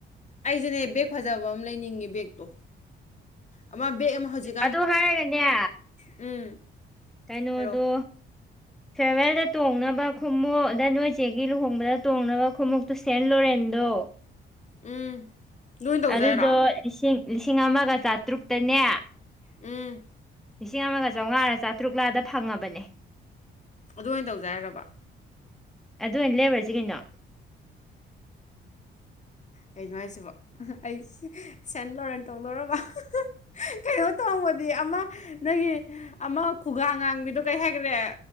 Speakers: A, on the left; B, in the centre.
A: ꯑꯩꯁꯨꯦꯅꯦ ꯕꯦꯒ ꯐꯖꯕ ꯑꯃ ꯂꯩꯅꯤꯡꯉꯤ ꯕꯦꯛꯇꯣ ꯑꯃ ꯕꯦꯒ ꯑꯃ ꯍꯧꯖꯤꯛ
B: ꯑꯗꯨ ꯍꯥꯏꯔꯒꯅꯦ
A: ꯎꯝ
B: ꯀꯩꯅꯣꯗꯣ
A: ꯍꯥꯏꯔꯛꯑꯣ
B: ꯐꯦꯔꯋꯦꯜꯗ ꯇꯣꯡꯅꯕ ꯈꯣꯡꯃꯨꯣꯛ ꯑꯗ ꯅꯣꯏ ꯆꯦꯒꯤ ꯂꯨꯍꯣꯡꯕꯗ ꯇꯣꯡꯅꯕ ꯈꯣꯡꯃꯨꯞ ꯇꯣ ꯁꯦꯟ ꯂꯣꯔꯦꯟꯗꯣ
A: ꯎꯝ ꯑꯗꯨ ꯑꯣꯏꯅ ꯇꯧꯁꯦ
B: ꯑꯗꯨꯗꯣ
A: ꯍꯥꯏꯔꯣ
B: ꯂꯤꯁꯤꯡ ꯂꯤꯁꯤꯡ ꯑꯃꯒ ꯆꯥꯇ꯭ꯔꯨꯛꯇꯅꯦ
A: ꯎꯝ
B: ꯂꯤꯁꯤꯡ ꯑꯃꯒ ꯆꯥꯝꯃꯉꯥ ꯆꯥꯇ꯭ꯔꯨꯛꯂꯥꯗ ꯐꯪꯉꯕꯅꯦ
A: ꯑꯗꯨ ꯑꯣꯏꯅ ꯇꯧꯖꯥꯏ ꯍꯥꯏꯔꯕ
B: ꯑꯗꯨ ꯑꯣꯏꯅ ꯂꯦꯕꯔꯁꯤ ꯀꯩꯅꯣ <inaudible>
A: ꯀꯩꯅꯣ ꯍꯥꯏꯁꯤꯕ ꯑꯩ ꯁꯦꯟ ꯂꯣꯔꯦꯟ ꯇꯧꯗꯔꯕ ꯀꯩꯅꯣ ꯇꯧꯕꯗꯤ ꯑꯃ ꯅꯪꯒꯤ ꯑꯃ ꯈꯨꯒꯥ ꯉꯥꯡꯕꯤꯗꯣ ꯀꯔꯤ ꯍꯥꯏꯈꯔꯦ